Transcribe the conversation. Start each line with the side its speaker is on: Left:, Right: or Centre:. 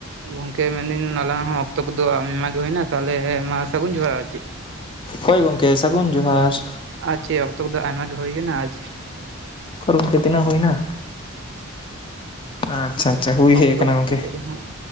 Right: ᱜᱚᱝᱠᱮ ᱢᱮᱱ ᱤᱱᱟᱹᱧ ᱦᱩᱱᱟᱝ ᱟᱞᱟᱝ ᱦᱚᱸ ᱚᱠᱛᱚ ᱠᱚᱫᱚ ᱟᱭᱢᱟ ᱜᱮ ᱦᱩᱭ ᱮᱱᱟ ᱛᱟᱦᱮᱞᱮ ᱢᱟ ᱥᱟᱹᱜᱩᱱ ᱡᱚᱦᱟᱨ ᱟᱨ ᱪᱮᱫ?
Left: ᱦᱳᱭ ᱜᱚᱝᱠᱮ ᱥᱟᱹᱜᱩᱱ ᱡᱚᱦᱟᱨ᱾
Right: ᱟᱨᱪᱮ ᱚᱠᱛᱚ ᱠᱚᱫᱚ ᱟᱭᱢᱟ ᱜᱮ ᱦᱩᱭ ᱟᱠᱟᱱᱟ ᱟᱨ
Left: ᱜᱚᱝᱠᱮ ᱛᱤᱱᱟᱹᱜ ᱦᱩᱭᱱᱟ ᱟᱪᱪᱷᱟ ᱟᱪᱪᱷᱟ ᱦᱩᱭ
Right: ᱚᱠᱛᱚ
Left: ᱦᱮᱡ ᱟᱠᱟᱱᱟ ᱜᱚᱝᱠᱮ
Right: ᱠᱟᱛᱮ ᱨᱮᱦᱚᱸ